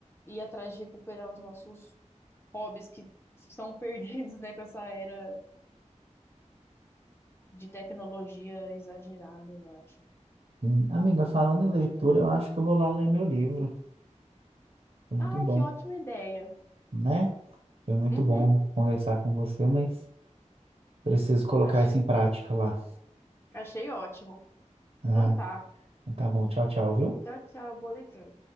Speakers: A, on the left (about 20°); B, on the right (about 60°).
A: ir atrás de recuperar os nossos hobbies que são <laughs> perdidos, né, com essa era de tecnologia exagerada, eu acho.
B: sim. Amiga, falando em leitura,
A: Acho legal.
B: eu acho que eu vou lá ler meu livro. Foi muito
A: Ah,
B: bom,
A: que ótima ideia.
B: né? Foi muito
A: Uhum,
B: bom conversar com você, mas preciso colocar
A: achei,
B: isso em prática lá.
A: achei ótimo.
B: Ah,
A: Então tá.
B: então tá bom. Tchau, tchau, viu?
A: Tchau, tchau, boa leitura.